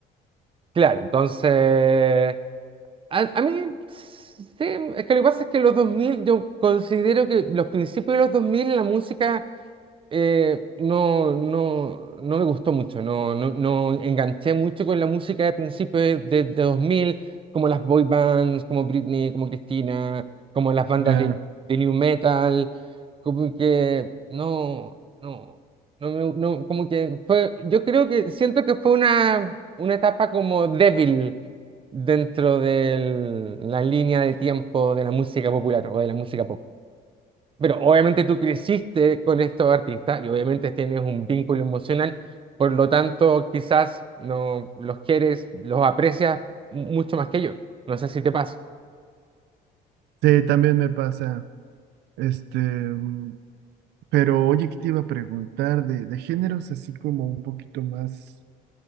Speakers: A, on the right (about 30°); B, on the right (about 85°).
A: Claro, entonces. A, a mí. Sí, es que lo que pasa es que los 2000, yo considero que los principios de los 2000 la música. eh, no, no, no me gustó mucho, no, no, no enganché mucho con la música de principios de, de, de 2000, como las boy bands, como Britney, como Christina, como las bandas
B: Ya.
A: de, de new metal, como que no, no, no, me- no, como que fue, yo creo que siento que fue una, una etapa como débil dentro de la línea de tiempo de la música popular o de la música pop. Pero obviamente tú creciste con estos artistas y obviamente tienes un vínculo emocional, por lo tanto quizás no los quieres, los aprecias mucho más que yo. No sé si te pasa.
B: Sí, también me pasa. Este, mm, pero oye, ¿qué te iba a preguntar de, de géneros así como un poquito más